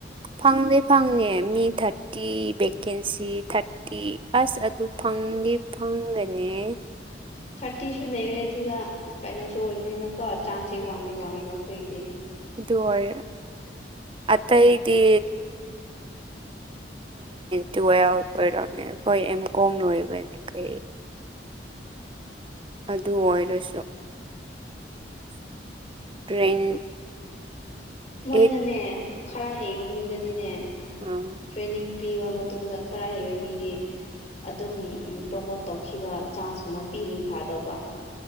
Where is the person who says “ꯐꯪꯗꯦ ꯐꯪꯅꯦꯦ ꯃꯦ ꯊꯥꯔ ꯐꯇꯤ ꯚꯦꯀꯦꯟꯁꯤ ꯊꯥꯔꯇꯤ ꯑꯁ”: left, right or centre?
Right